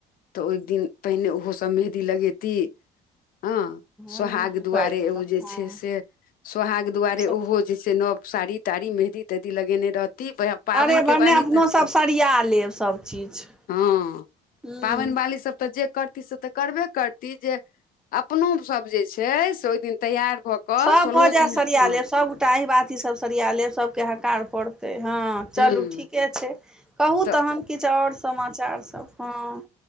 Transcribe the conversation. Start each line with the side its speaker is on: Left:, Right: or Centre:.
Left: तऽ ओहि दिन पहिने ओहो सब मेहदी लगेती। ऑ, सोहाग
Centre: ओने मोन
Left: दुआरे
Centre: पारि देलहुँ
Left: ओ जे
Centre: हँ
Left: छै से सोहाग दुआरे
Centre: सब
Left: ओहो जैसे नव साड़ी- ताड़ी, मेहदी- तेहदी लगेने रहती, वएह पाबनि
Centre: अरे
Left: के
Centre: भने
Left: बाली
Centre: अपनो
Left: तऽ,
Centre: सब
Left: छै,
Centre: सरिया लेब सब चीज
Left: हँ
Centre: हूँ
Left: पाबनि बाली सब तऽ जे करती से तऽ करबे करती, जे अपनो सब जे छै, से ओहि दिन तैयार भऽ, कऽ
Centre: सभ
Left: सोलहो
Centre: भऽ जाय
Left: सिंह
Centre: सरिया
Left: हँ
Centre: लेब, सभगोटा अहि बाति ईसभ सरिया लेब, सभके हकार पड़तै, हँ चलू
Left: हूँ
Centre: ठीके छै, कहू
Left: तऽ
Centre: तहन, किछु आओर समाचार सभ हँ,